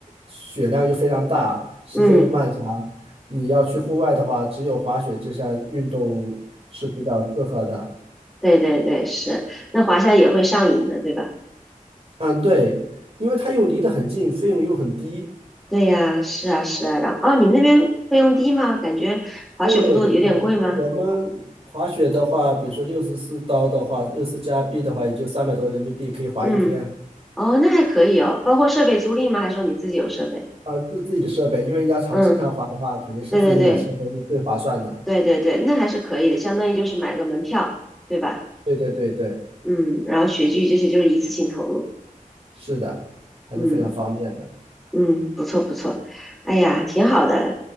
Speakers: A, on the right (about 45°); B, in the centre.
A: 雪量又非常大，时间又漫长。
B: 嗯
A: 你要去户外的话，只有滑雪这项运动是比较适合的。
B: 对对对，是，那华夏也会上瘾的，对吧？
A: 嗯，对，因为它又离得很近，费用又很低。
B: 对呀，是啊是啊，然后哦，你们那边费用低吗？感觉滑雪不都有点贵吗？
A: 对，我我们滑雪的话，比如说六十四刀的话，六十加币的话，也就三百多人民币可以滑一天。
B: 嗯，哦，那还可以哦，包括设备租赁吗？还是说你自己有设备？
A: 啊，自自己的设备，因为你要常经常滑的话，
B: 嗯，
A: 肯定是自己买设备是最划算的。
B: 对对对对对对，那还是可以的，相当于就是买个门票，对吧？
A: 对对对对，
B: 嗯，然后雪具这些就是一次性投入，
A: 是的，还是非常方便的。
B: 嗯。嗯，不错不错，哎呀，挺好的，